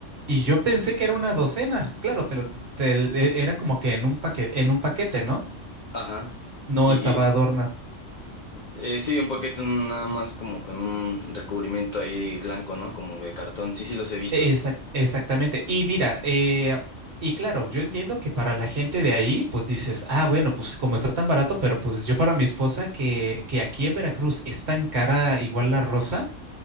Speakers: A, on the right (about 60°); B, on the left (about 55°).
A: Y yo pensé que era una docena. Claro, te las- te- e- era como que en un paquete, en un paquete, ¿no?
B: ajá.
A: No
B: Y,
A: estaba
B: y,
A: adornada.
B: eh, sí, un paquete nada más como con un recubrimiento ahí blanco, ¿no? Como de cartón. Sí, sí, los he visto.
A: Exac- exactamente. Y mira, eh, y claro, yo entiendo que para la gente de ahí, pues dices, ah, bueno, pues como está tan barato, pero pues yo para mi esposa, que, que aquí en Veracruz es tan cara igual la rosa,